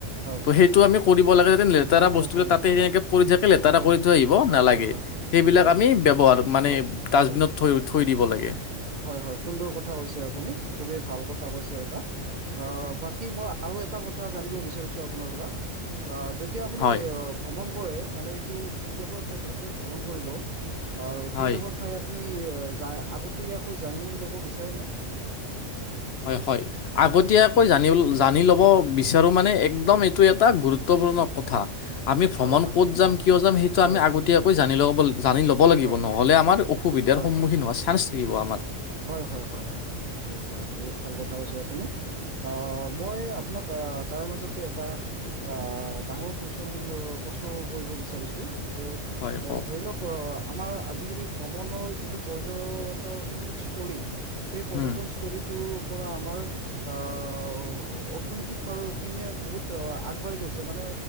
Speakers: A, on the right (about 50°); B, on the left (about 65°).
A: হয়
B: ত' সেইটো
A: হয়
B: আমি কৰিব লাগে যাতে, লেতেৰা
A: হয় হয়
B: বস্তুবিলাক
A: হয় হয়
B: তাতে
A: হয়
B: সনেকে পৰি থাকে, লেতেৰা
A: সুন্দৰ
B: কৰি থৈ আহিব
A: হয়
B: নেলাগে।
A: হয় হয় হয়
B: সেইবিলাক
A: হয়
B: আমি ব্যৱহাৰত, মানে
A: হয়
B: ডাষ্টবিনত
A: হয়
B: থৈ, থৈ দিব লাগে।
A: হয়, হয়, সুন্দৰ কথা কৈছে আপুনি। খুবেই ভাল কথা কৈছে এটা। অ', বাকী মই আৰু এটা কথা জানিব বিচাৰিছো আপোনাৰ পৰা, আহ যেতিয়া আপুনি
B: হয়।
A: এ', অপ ভ্ৰমণ কৰে। মানে, সেই যিডখৰ ঠাইত আপুনি ভ্ৰমণ কৰিব, আও
B: হয়
A: সেইডখৰ ঠাই আপুনি এ', যায় আগতে আকৌ জানি ল'ব বিচাৰেনে?
B: হয়, হয়।
A: হয়
B: আগতীয়াকৈ জানিল, জানি ল'ব বিচাৰো মানে একদম এইটো এটা গুৰুত্বপূৰ্ণ কথা। আমি ভ্ৰমণ
A: হয় হয়
B: ক'ত যাম, কিয় যাম, সেইটো
A: হয়
B: আমি আগতীয়াকৈ জানি লব, জানি লওক। হ'ব লাগিব।
A: হয়
B: নহ'লে আমাৰ অসুবিধাৰ
A: হয়
B: সন্মুখীন
A: হয়
B: হোৱা চান্স থাকিব আমাৰ।
A: হয়, হয়, হয়, হয়, হয়, হয়, হয়, হয়। বহুত ভাল কথা কৈছে আপুনি। অ', মই আপোনাক আহ তাৰে মাজতে এটা আহ ডাঙৰ কুৱেশ্যন, প্ৰশ্ন কৰিব বিচাৰিছোঁ, যে এ',
B: হয় কওক
A: ধৰি লওক অ'। আমাৰ আজিকালি ভ্ৰমণৰ যিটো পৰ্যটহোনস্তলী। সেই পৰ্যটনস্থলীটোৰ
B: উম
A: ওপৰ আমাৰ আহ, অ', অৰ্থনীতিক ফাল পিনে বহুত অ', আগবাঢ়ি গৈছে। মানে